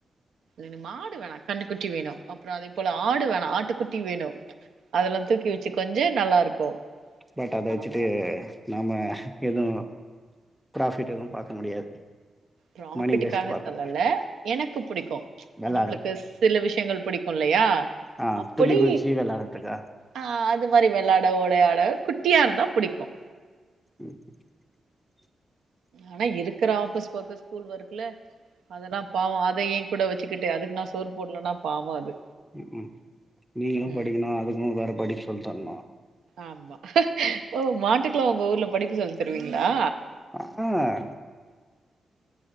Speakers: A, on the right; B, in the centre.
A: என மாடு வேணா கண்ணுக்குட்டி வேணு அப்புறோ அதே போல ஆடு வேணா ஆட்டுக்குட்டி வேணு அதெல்லா தூக்கி வச்சு கொஞ்ச நல்லா இருக்கு
B: பட் அத
A: ஆனா
B: வச்சுட்டு
A: வாழ்
B: நாம எதுவு ப்ராஃபிட் எதுவு பாக்க முடியாது
A: ப்ராஃபிட்டுக்காக
B: மணி பேஸ்ட் பாக்க
A: சொல்லல எனக்கு புடிக்கு
B: வெளாட்றதுக்கு
A: நம்மளுக் சில விஷயங்கள் புடிக்குல்லயா
B: ஆ
A: அப்படி
B: துள்ளி குதிச்சு வெளாட்றதுக்கா
A: ஆ அது மாரி வெளாட ஓடயாட குட்டியா இருந்தா புடிக்கு
B: ம் <inaudible>
A: ஆனா இருக்கிற ஆபீஸ் வொர்கஸ் ஸ்கூல் ஒர்க்குல அதெலா பாவோ அத ஏ கூட வச்சுக்கிட்டு அதுக்கு நா சோறு போடலனா பாவோ அது
B: ம் ம் நீங்களு
A: ம்
B: படிக்ணு அதுக்கு வேற படிக்க சொல்லிதர்ணு
A: ஆமா ஓ மாட்டுக்குல்லா உங்க ஊர்ல படிக்க சொல்லி தருவீங்களா
B: ஆ